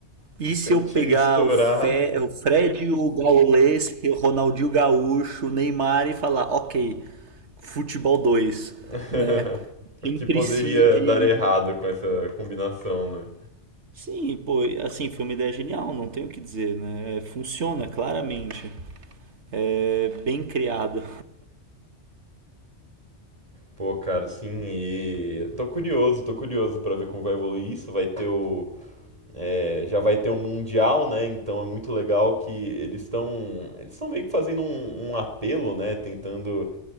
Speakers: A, on the right; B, on the right.
A: e
B: Se
A: se
B: a gente
A: eu pegar
B: misturar
A: o, Fe... o Fred, o Gaules, o Ronaldinho Gaúcho, o Neymar e falar, ok, futebol dois
B: <laughs>
A: né? Quem
B: o que poderia
A: precisa de.
B: dar errado com essa combinação, né?
A: Sim, pô, assim, foi uma ideia genial, não tenho o que dizer, né? Funciona claramente, é bem criado.
B: Pô, cara, sim, e tô curioso, tô curioso pra ver como vai evoluir isso. Vai ter o, É, já vai ter um mundial, né? Então é muito legal que eles estão eles estão meio que fazendo um, um apelo, né? Tentando